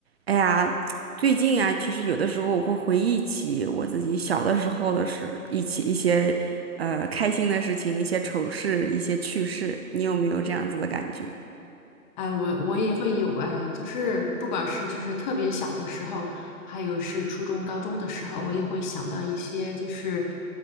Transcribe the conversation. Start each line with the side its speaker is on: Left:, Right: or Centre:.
Right: 哎呀，最近啊，其实有的时候我会回忆起我自己小的时候的事，一起一些呃开心的事情，一些丑事，一些趣事。你有没有这样子的感觉？
Left: 哎，我我也会有哎，就是不管是就是特别小的时候，还有是初中、高中的时候，我也会想到一些就是，